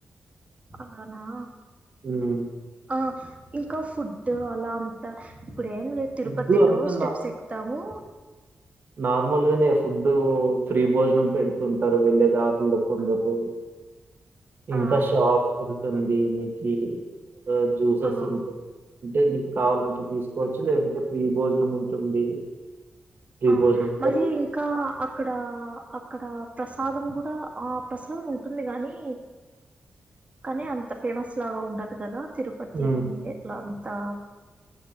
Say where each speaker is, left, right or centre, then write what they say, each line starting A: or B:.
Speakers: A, on the right; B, on the right.
A: అలానా
B: హ్మ్.
A: ఆ ఇంకా ఫుడ్ అలా అంత ఇప్పుడు ఏం లేదు తిరుపతిలో
B: ఫుడ్డు అంతా
A: స్టెప్స్ ఎక్కుతాము.
B: నార్మల్గానే ఫుడ్డు ఫ్రీ భోజనం పెడుతుంటారు వెళ్ళే దారిలో కొందరు. ఇంకా
A: ఆ
B: షాప్ సల్తుంది మీకి ఆ జ్యూసెస్
A: ఆ
B: ఉంటాయి అంటే కావాలంటే తీసుకోవచ్చు లేదంటే ఫీ భోజనం ఉంటుంది. ఫ్రీ
A: ఆ
B: భోజనం కూడా
A: మరి
B: తినొచ్చు.
A: ఇంకా అక్కడా అ అక్కడ ప్రసాదం కూడా ఆ ప్రసాదం ఉంటుంది కానీ కానీ అంత ఫేమస్ లాగా ఉండదు కదా. తిరుపతి
B: హ్మ్.
A: ఏట్లా అంతా